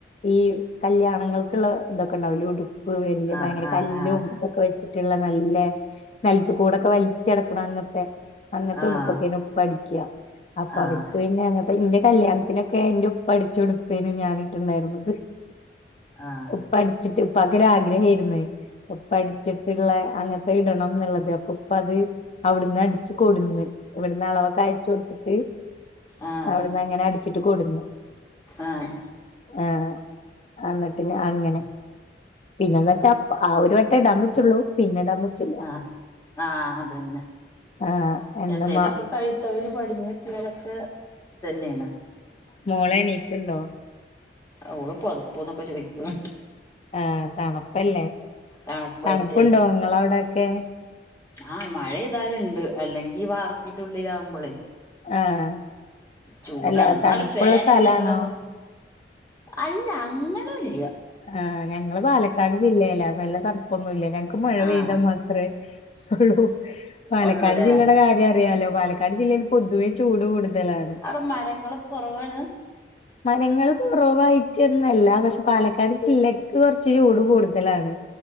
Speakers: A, on the left; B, on the left.
A: ഈ കല്യാണങ്ങൾക്ക്ള്ള ഇതൊക്കെ ഇണ്ടാവൂലേ ഉടു
B: ആഹ്
A: ഭയങ്കരകല്ലും
B: ആഹ് ആഹ്
A: ക്കെ വെച്ചിട്ടുള്ള നല്ല നിലത്തുക്കൂടെക്കെ വലിച്ചെട്ക്കണ അങ്ങനത്തെ അങ്ങനത്തെ
B: ആഹ്
A: ഉടുപ്പെ പിന്നെപഠിക്ക അപ്പ
B: ആഹ്
A: അവർക്ക് പിന്നെ അങ്ങനെ എന്റെ കല്യാണത്തിനൊക്കെ എന്റെ ഉപ്പ അടിച്ചുടുപ്പാണ് ഞാന് ര് ന്നായിരുന്നത്.
B: ആഹ്
A: ഉപ്പ അ ടി ച്ചിട്ട് ഇപ്പക്ക് ഒര് ആഗ്രഹയിരിന്നെ ഉപ്പടിച്ചിട്ടുള്ള അങ്ങനത്തെ ഇടണം എന്നുള്ളത് അപ്പൊ ഉപ്പ അത് അവിടുന്ന് അടിച്ചു കൊടുന്ന് ഇവിടന്ന് അളവക്കെ അയച്ച് കൊടുത്തിട്ട്
B: ആഹ്
A: അവിടുന്ന് അങ്ങനെ അടിച്ചിട്ട് കൊടുന്ന്
B: ആഹ്
A: ആഹ് എന്നിട്ട് ഞ അങ്ങനെ പിന്നെന്ന് വെച്ചാ ആ ഒരു വട്ടം ഇടാൻ പറ്റുള്ളൂ പിന്നെ ഇടാ പറ്റൂല്ല
B: ആഹ് ആഹ് അതന്നെ
A: ആഹ് എന്താ
B: എന്തേലൊക്കെ
A: മ
B: കൈതൊഴില് പസാഞ്ഞിട്ടിയാൽ ക്കെ ഇത തന്നെയാണ്
A: മോളെണീക്കണ്ടോ
B: അവള് പതുപ്പോന്നൊക്കെ ചോയിക്കിണ്ട്
A: ആഹ് തണുപ്പല്ലേ
B: തണുപ്പായിട്ടേ
A: തണുപ്പുണ്ടോ നിങ്ങളവിടൊക്കെ
B: ആഹ് മഴ ഏതാലും ഇണ്ട് അല്ലെങ്കി വാർപ്പീന്റെഉളിലാവുംമ്പോളേ
A: ആഹ്
B: ചൂടാണ്
A: അല്ല തണുപ്പുള്ള
B: നല് ഫൻ
A: സ്ഥലാണോ
B: ഇല്ലെങ്കിലൊന്നും അല്ല അങ്ങനെല്ല
A: ആഹ് ഞങ്ങള് പാലക്കാട് ജില്ലേല്ല നല്ല തണപ്പൊന്നുല്ല ഞങ്ങക്ക് മഴ പെയ്താ
B: ആഹ്
A: മ <unintelligible> പാലക്കാട്
B: ഒള്ളൂല്ലേ
A: ജില്ലയുടെ കാര്യം അറിയാലോ പാലക്കാട് ജില്ലയിൽ പൊതുവേ ചൂട് കൂടുതലാണ്.
B: അവ്ടെ മര ങ്ങളൊക്കെ കൊറവാണ്?
A: മരങ്ങള് കൊറവായിട്ടൊന്നുല്ല പക്ഷെ പാല ക്കാട് ജില്ലക്ക് കൊറച്ച് ചൂട് കൂടുതലാണ്.